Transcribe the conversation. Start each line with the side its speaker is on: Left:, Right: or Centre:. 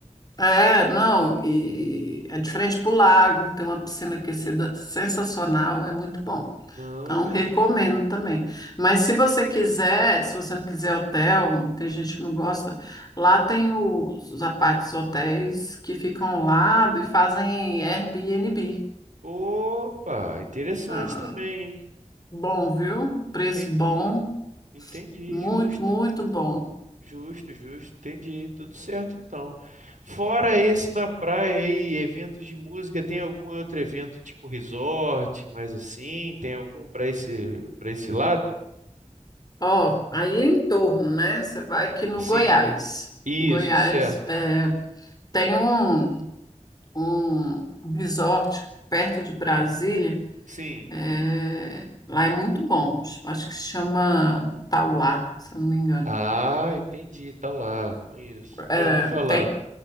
Left: É, não, e é diferente pro lago, tem uma piscina aquecida sensacional, é muito bom.
Right: Não,
Left: Então,
Right: imagino.
Left: recomendo também. Mas se você quiser, se você não quiser hotel, tem gente que não gosta, lá tem os, os apartes hotéis que ficam ao lado e fazem Airbnb.
Right: Opa, interessante
Left: Ah,
Right: também, hein?
Left: bom, viu?
Right: Entendi.
Left: Preço bom,
Right: Entendi,
Left: muito,
Right: justo.
Left: muito bom.
Right: Justo, justo, entendi. Tudo certo então. Fora esse na praia aí, eventos de música, tem algum outro evento tipo resort, mais assim? Tem algum para esse para esse lado?
Left: Ó, aí é em torno, né? Você vai aqui no
Right: Sim.
Left: Goiás.
Right: Isso,
Left: Goiás
Right: certo.
Left: é, tem um. um, um resort perto de Brasília.
Right: Sim.
Left: é, lá é muito bom. Acho que se chama Tauá, se eu não me engano.
Right: Ah, entendi, tá lá, conheço.
Left: É,
Right: Já ouvi falar.
Left: tem-